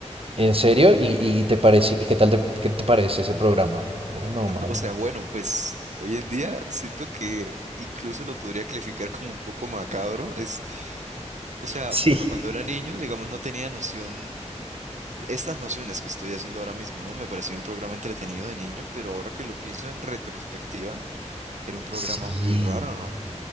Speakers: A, on the right; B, on the right.
A: ¿En serio? ¿Y, y te parece, y qué tal te, qué te parece ese programa? Bueno o malo.
B: O sea, bueno, pues hoy en día siento que incluso lo podría calificar como un poco macabro. Es, o sea,
A: Sí.
B: bueno, cuando era niño, digamos, no tenía noción estas nociones que estoy haciendo ahora mismo, ¿no? Me parecía un programa entretenido de niño, pero ahora que lo pienso en retrospectiva, era un programa
A: Sí.
B: muy raro, ¿no?